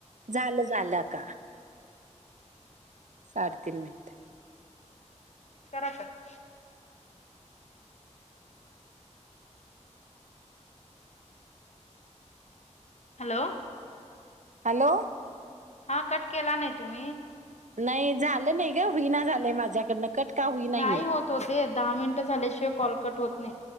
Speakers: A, on the right; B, on the left.
A: झालं झालं आता साडे तीन मिनट
B: करा कट. हॅलो
A: हॅलो
B: हा कट केला नाही तुम्ही.
A: नाही झालं नाही ग हूईना झालंय माझ्याकडनं कट का होईना
B: नाही
A: हे.
B: होत ओ ते दहा मिनिटं झाल्याशिवाय कॉल कट होत नाही.